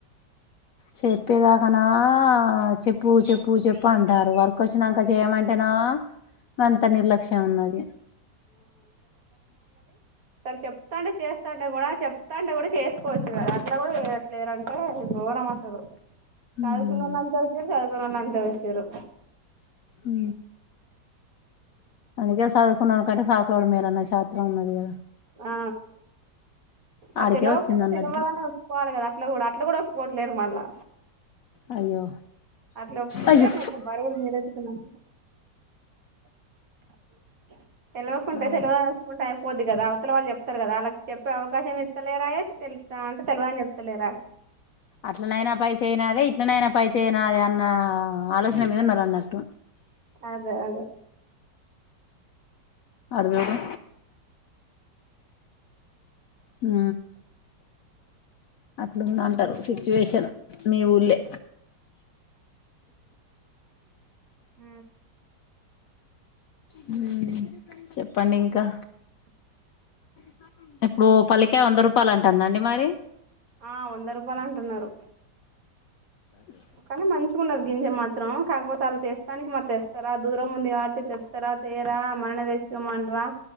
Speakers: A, on the left (about 70°); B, on the right (about 55°).
A: చెప్పేదాకనా చెప్పు చెప్పు చెప్పు అంటారు వర ఇకొచ్చినాంక చేయమంటేన అంత నిర్లక్ష్యం ఉన్నది
B: సర చెప్తాంటే చేస్తాంటే కూడా చెప్తాంటే కూడా చేసుకోవచ్చు కదా అట్లా కూడా చేయట్లేరంటే ఘోరం అసలు <unintelligible>
A: ఉమ్,
B: చదువుకున్నోలు అంత వచ్చిర్రు
A: అ అందుకే సదువు సదువుకున్నోడి కన్నా సదువుకోనోడు మేలన్న శాస్త్రం ఉన్నది కదా
B: ఆ ఆ
A: ఆడికే
B: తెలవకపోతే
A: వచ్చింది అన్నట్టు
B: తెలవదనే
A: ఇప్పుడు
B: ఒప్పుకోవాలి కదా అట్ల కూడా అట్లా కూడా ఒప్పుకోవట్లేరు మళ్ళా
A: అయ్యో
B: అట్లా ఒప్పుకుంటే
A: అయ్యో
B: మొత్తం బరువులు మీదేతుకునట్టే <inaudible> తెలువకుంటే
A: ఆ
B: తెలువదు అని ఒప్పుకుంటే అయిఫ్ పొద్ది కదా అవతల వాళ్ళు చెప్తారు కదా అలా చెప్పే అవకాశం ఇస్తాలేరుయియె తెలుస్త అంటే తెలివా అని చెప్త ఇతలేరుయె
A: అట్లనైనా పై చెయ్యినదే ఇ ఇట్లానైనా పై చెయ్యినదే అన్న ఆలో నా మీద ఉన్నారు అన్నట్టు
B: అదే అదే
A: అటుసుడు హు అట్లు ఉంది అంటారు సిచ్యువేషన్ మీ ఊళ్ళే
B: హు
A: హు చెప్పండి ఇంకా <inaudible> ఇప్పుడు పల్లికాయ వంద రూపాయలు అంటుందండి మరి
B: ఆ వంద రూపాయలు అంటున్నారు
A: <inaudible>
B: కానీ మంచిగా ఉన్నది గింజ మాత్రం కాకపోతే వాళ్ళ తెస్తానికి మరి తెస్తారా దూరం ఉంది కాబట్టి తెత్తార తేరా మనల్ని తెచ్చుకోమంటరా